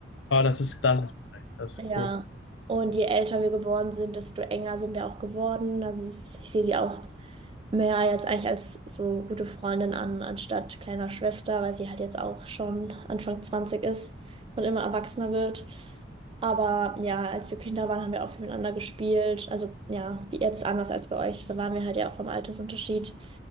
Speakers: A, on the left; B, on the right.
A: Ah, das ist, das ist, perfekt. das ist
B: Ja,
A: cool.
B: und je älter wir geworden sind, desto enger sind wir auch geworden. Also sie ist, ich sehe sie auch mehr jetzt eigentlich als so gute Freundin an, anstatt kleiner Schwester, weil sie halt jetzt auch schon Anfang 20 ist und immer erwachsener wird. Aber ja, als wir Kinder waren, haben wir auch viel miteinander gespielt. Also ja, wie jetzt anders als bei euch. Da waren wir halt ja auch vom Altersunterschied